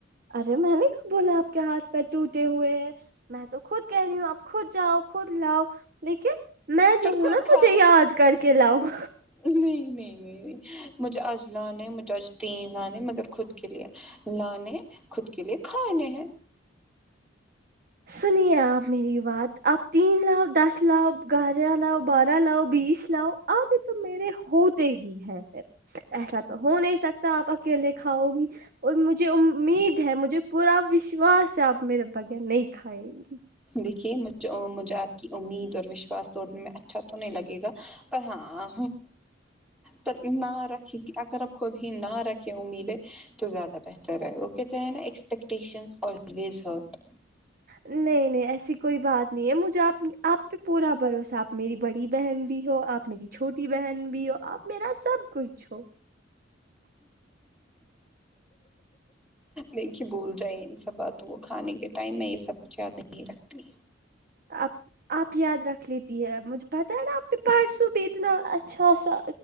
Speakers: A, on the right (about 50°); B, in the centre.
A: ارے میں نے کب بولا آپ کے ہاتھ پیر ٹوٹے ہوئے ہیں میں تو خود کہہ رہی ہوں آپ خود جاؤ خود لاؤ لیکن میں جو
B: پھر
A: ہوں
B: خود
A: نا
B: کھاؤ
A: مجھے یاد کر کے لاؤں
B: نہیں نہیں نہیں مجھے اج لانا ہے مجھے اج تین لانے ہے مگر خود کے لے لانے خود کے لیے کھانے ہیں
A: سنیے آپ میری بات آپ تین لاؤ دس لاؤ گیارہ لاؤ بارہ لاؤ بیس لاؤ آدھے تو میرے ہوتے ہی ہیں ایسا تو ہو نہیں سکتا آپ اکیلے کھاؤ گی اور مجھے امید ہے مجھے پورا وشواس ہے آپ میرے بغیر نہیں کھائیں گے
B: دیکھیے مجھ مجھے آپ کی امید اور وشواس توڑنے میں اچھا تو نہیں لگے گا پر ہاں تک نہ رکھیں اگر آپ خود ہی نہ رکھیں امیدیں تو زیادہ بہتر ہے وہ کہتے ہیں نا ا ایکسپیکٹیشن الویز ہارٹ
A: نہیں نہیں ایسی کوئی بات نہیں ہے مجھے آپ پہ پورا بھروسہ میری بڑی بہن بھی ہو آپ میری چھوٹی بہن بھی ہو آپ میرا سب کچھ ہو
B: دیکھیے بھول جائے ان سب بات تو وہ کھانے کے ٹائم میں یہ سب کچھ یاد نہیں رکھتی
A: آپ آپ یاد رکھ لیتی ہے مجھے پتاہ ہے نا آپ کے پرسو بھی اتنا اچھا سا